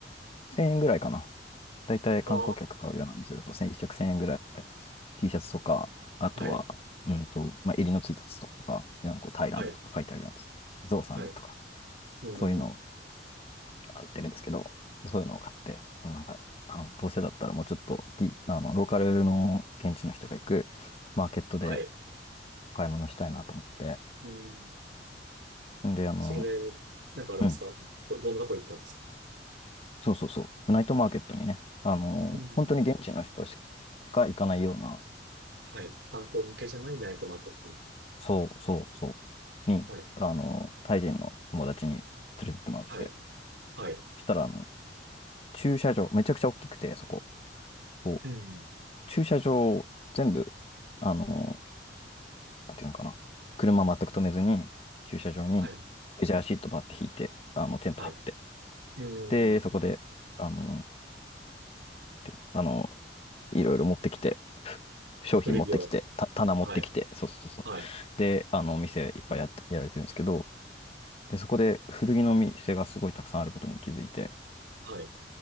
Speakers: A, on the left; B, on the right.
A: 1000円ぐらいかな。だいたい観光客買うような店だと1着1000円ぐらい、
B: ああ。
A: T シャツとか、あとは、
B: はい。
A: うんと、まあ、襟のついたやつとか、なんかこうタイランドとか書いてあるようなやつ、
B: はい。
A: ゾウさんのとか、
B: はい。うん。
A: そういうのを売ってるんですけど、そういうのを買って、でもなんか、あのどうせだったらもうちょっとディープあのローカルの現地の人が行くマーケットで
B: はい。
A: 買い物したいなと思って、
B: うん
A: んで、あの、
B: それで、なんかあれですかど、
A: うん、
B: どんなとこ行ったんですか
A: そうそうそう。ナイトマーケットにね、あのー本当に現地の人し
B: うん。
A: か行かないような、
B: はい。観光向けじゃないナイトマーケットみたい
A: そうそうそう、に、
B: な。はい。
A: あのータイ人の友達に連れてってもらって、
B: はい。はい。
A: そしたら、あの、駐車場、めちゃくちゃ大きくて、そこ、こう、
B: うん。
A: 駐車場を全部、あのーなんていうのかな、車全く止めずに、駐車場に
B: はい。
A: レジャーシートばって引いて、あの、テント張って、
B: はい。うん。
A: で、そこで、あのーてあのいろいろ持ってきて、商品持ってきて、
B: 古着を。
A: た棚持ってきて、
B: はい。
A: そうそうそう。
B: はい。
A: で、あの、お店いっぱいやって、やられてるんですけど、で、そこで古着の店がすごいたくさんあることに気づいて、
B: はい。